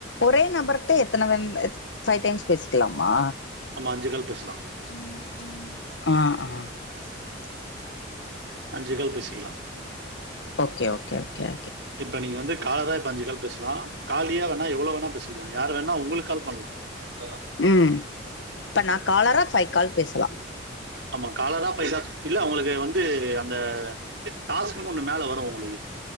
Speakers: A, on the left; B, on the right.
A: ஒரே நம்பர்ட்ட எத்தனை வேன் ஃபை டைம்ஸ் பேசிக்கலாமா
B: ஆமா அஞ்சு கால் பேஸ்லா
A: உம் உம் ஆ ஆ
B: <unintelligible> அஞ்சு கால் பேசிக்கலா
A: ஓகே ஓகே ஓகே ஓகே
B: இப்ப நீங்க வந்து காலரா இப்ப அஞ்சு கால் பேசலா காலியா வேண்ணா எவ்வளவு வேணா பேசிக்கலா யார் வேணா உங்களுக்கால் பண்ணலா செர்ண்ணா
A: ம் இப்ப நா காலரா ஃபைவ் கால் பேசலா
B: ஆமா காலரா ஃபைவ் கால் இல்ல உங்களுக்கு வந்து அந்த டாஸ்க்ன்னு ஒண்ணு மேல வரு உங்களுக்கு